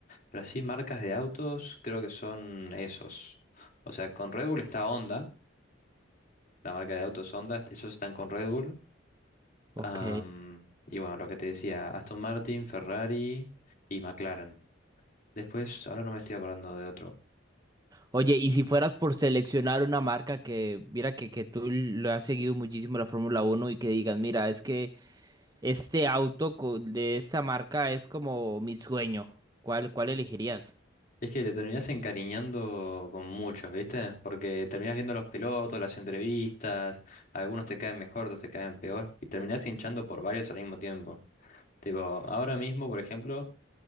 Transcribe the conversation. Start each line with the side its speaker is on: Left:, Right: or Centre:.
Left: Pero así marcas de autos creo que son esos. O sea, con Red Bull está Honda, la marca de autos Honda, esos están con Red Bull.
Right: ok.
Left: Am, y bueno, lo que te decía, Aston Martin, Ferrari y McLaren. Después, ahora no me estoy acordando de otro.
Right: Oye, y si fueras por seleccionar una marca que, mira, que, que tú lo has seguido muchísimo la Fórmula Uno y que digas, mira, es que este auto co- de esa marca es como mi sueño, ¿cuál, cuál elegirías?
Left: Es que te terminás encariñando con muchos, ¿viste? Porque terminás viendo los pilotos, las entrevistas, algunos te caen mejor, otros te caen peor, y terminás hinchando por varios al mismo tiempo. Tipo, ahora mismo, por ejemplo,